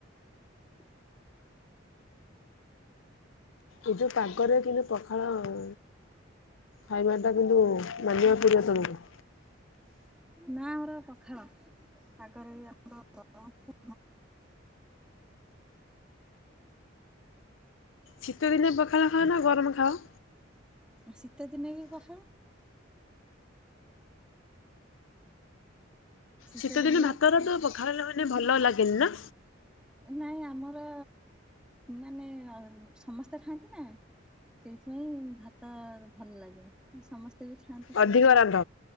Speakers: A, in the centre; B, on the left.
A: ହ
B: ଏ ଯଉ ପାଗରେ କିନ୍ତୁ ପଖାଳ ଆଉ। ଖାଇବା ଟା କିନ୍ତୁ ମାନିବାକୁ ପଡ଼ିବ ତମକୁ।
A: ନା ହେରା ପଖାଳ ଆଗରେ ଆମର <unintelligible>
B: ଶିତ ଦିନେ ପଖାଳ ଖାଓ ନା ଗରମ ଖାଉ?
A: ଶୀତଦିନ ବି ପଖାଳ? ଶୀତ
B: ଶୀତଦିନ
A: ଦିନେ
B: ଭାତରା
A: ବି ପଖାଳ
B: ଏତେ ପଖାଳିଲେ ମାନେ ଭଲ ଲାଗେନି ନା?
A: ନାଇଁ ଆମର ମାନେ ସମସ୍ତେ ଖାଆନ୍ତି ନା। ସେଇଥିପାଇଁ ଭାତ ଭଲ ଲାଗେ, ସମସ୍ତେ ବି ଖାଆନ୍ତି ସେ
B: ଅଧିକ
A: ଯୋଉ
B: ରାନ୍ଧ।